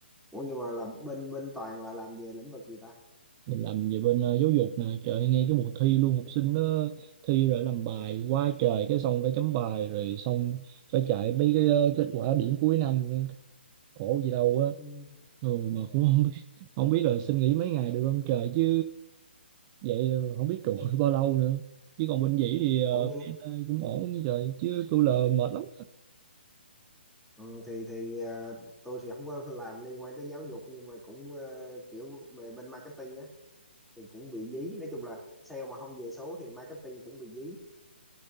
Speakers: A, in the centre; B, on the right (about 25°).
A: Ủa nhưng mà là bên bên Toàn là làm về lĩnh vực gì ta?
B: Mình làm về bên ờ, giáo dục nè Trời ơi, nghe cái mùa thi luôn Học sinh nó thi rồi làm bài quá trời Cái xong phải chấm bài Rồi xong phải chạy mấy cái ờ, kết quả điểm cuối năm nữa. Khổ gì đâu á
A: Ừ.
B: ừ, Mà cũng không
A: ừ.
B: biết Không biết là xin nghỉ mấy ngày được không trời chứ vậy ờ, không biết trụ <laughs> được bao lâu nữa chứ còn bên dĩ thì ờ,
A: Ủa nhưng
B: bên ai cũng ổn như trời chứ tôi là mệt lắm
A: ừ, thì thì ờ, tôi thì không có làm liên quan tới giáo dục nhưng mà cũng ờ, kiểu về bên marketing á thì cũng bị dí. Nói chung là sale mà không về số thì marketing cũng bị dí.